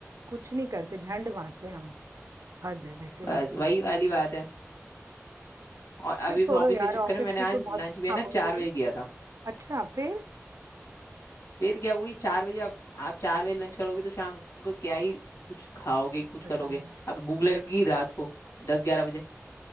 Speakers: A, on the right; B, on the left.
A: कुछ नहीं करते झंड मारते हैं हम हद है वैसे वाकई
B: बस वही
A: में।
B: वाली बात है और अब
A: अरे
B: इस
A: छोड़ो
B: ऑफिस
A: यार
B: के चक्कर
A: ऑफिस
B: में मैंने
A: की
B: आज
A: तो बहुत
B: लंच भी है
A: हाँ
B: ना
A: बोलो
B: चार
A: बोलो
B: बजे किया था
A: अच्छा फिर
B: फिर क्या वही चार बजे अब आप चार बजे लंच करोगे तो शाम को क्या ही कुछ खाओगे कुछ
A: बताओ
B: करोगे अब भूख लगेगी रात को दस ग्यारह बजे